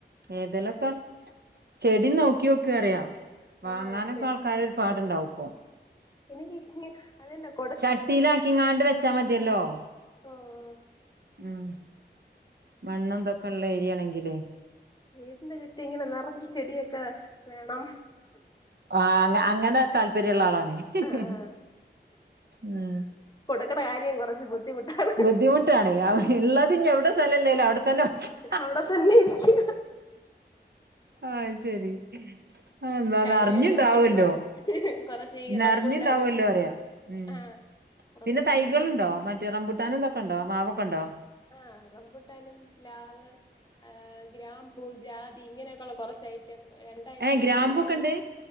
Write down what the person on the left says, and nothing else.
ഏഹ്
ആഹ്
<unintelligible>
ഓഹ്
വീട്ടിന്റെ ചുറ്റും ഇങ്ങനെ നറച്ച് ചെടിയൊക്കെ വേണം
ആഹ്
ആഹ്
കൊടുക്ക്ണെ കാര്യം കൊറച്ച് ബുദ്ധിമുട്ടാണ്
അവിടതന്നെ ഇരിക്ക്യ
കഴിഞ്ഞ
ആഴ്ച പോയിട്ട് കൊറ കൊറച്ച് ഈ
റംബൂട്ടാനും
ആഹ് റംബൂട്ടാനും
ആഹ് റബൂട്ടാനും പ്ലാവ് ഏ ഗ്രാമ്പു ജാതി ഇങ്ങനെയൊക്കെ ഉള്ള കൊറച്ച് ഐറ്റം രണ്ടാഴ്ച്ചായി
പോയി വാങ്ങി